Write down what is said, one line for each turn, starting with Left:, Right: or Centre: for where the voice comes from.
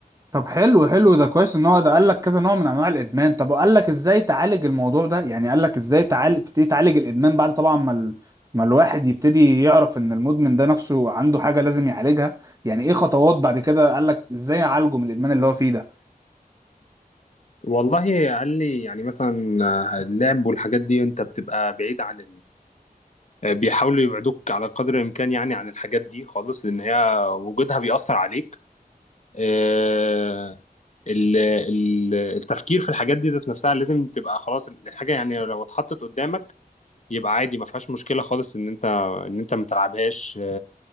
Right: طب حلو حلو ده كويس ان هو ده قال لك كذا نوع من انواع الادمان طب وقال لك ازاي تعالج الموضوع ده يعني قال لك ازاي تعالج تبتدي تعالج الادمان بعد طبعا ما ال... ما الواحد يبتدي يعرف ان المدمن ده نفسه عنده حاجة لازم يعالجها يعني ايه خطوات بعد كده قال لك ازاي اعالجه من الادمان اللي هو فيه ده
Left: والله قال لي يعني مثلا اللعب والحاجات دي انت بتبقى بعيد عن بيحاولوا يبعدوك على قدر الإمكان يعني عن الحاجات دي خالص لأن هي وجودها بيأثر عليك آه، ال- ال- التفكير في الحاجات دي ذات نفسها لازم تبقى خلاص الحاجة يعني لو اتحطت قدامك يبقى عادي ما فيهاش مشكلة خالص إن أنت إن أنت ما تلعبهاش